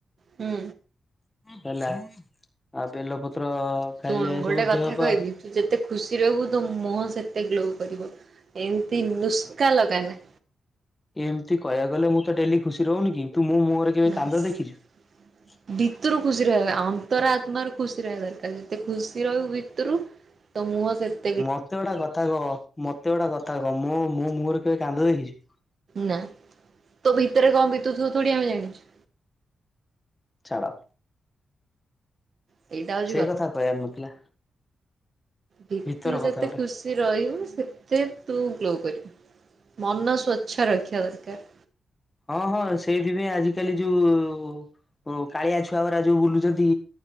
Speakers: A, on the right; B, on the left.
A: ହୁଁ।
B: ହେଲା ଆଉ ବେଲପତ୍ର ଖାଇଲେ
A: ଶୁଣୁ ଗୋଟେ
B: ସବୁ
A: କଥା
B: ଦେହ ପା।
A: କହିବି ତୁ ଯେତେ ଖୁସି ରହିବୁ ତୋ ମୁହଁ ସେତେ ଗ୍ଲୋ କରିବ ଏମିତି ନୁସ୍କା ଲଗାନା।
B: ଏମିତି କହିବାକୁ ଗଲେ ମୁଁ ତ ଡେଲି ଖୁସି ରହୁନି କି ତୁ ମୁଁ ମୋ ମୁହଁରେ।
A: ବାସ୍।
B: କେବେ କାନ୍ଦ <unintelligible>
A: ଭିତୁରୁ ଖୁସି ରହିବା ଅନ୍ତର ଆତ୍ମାରୁ ଖୁସି ରହିବା ଦରକାର ଯେତେ ଖୁସି ରହିବ ଭିତୁରୁ। ତୋ ମୁହଁ ସେତ।
B: ମତେ ଗୋଟେ କଥା କହ ମତେ ଗୋଟେ କଥା କହ ମୋ ମୁହଁରେ କେବେ କାନ୍ଦ ଦେଖିଛୁ।
A: ନା ତୋ ଭିତରେ କଣ ଭିତରୁ ଥିବ ଥୋଡି ଆମେ ଜାଣିଛୁ।
B: ଛାଡ଼।
A: ସେଇଟା ହଉଛି
B: ସେ କଥା କହିବାର ନଥିଲା।
A: ଭିତୁରୁ
B: ଭିତର
A: ଯେତେ
B: କଥା ଗୁରା।
A: ଖୁସି। ରହିବୁ ସେତେ ତୁ ଗ୍ଲୋ କରିବୁ ମନ ସ୍ୱଚ୍ଛ ରଖିଆ ଦରକାର୍।
B: ହଁ ହଁ ସେଇଥିପାଇଁ ଆଜିିକାଲି ଯୋଉ କାଳିଆ ଛୁଆ ଗୁରା ଯୋଉ ବୁଲୁଛନ୍ତି।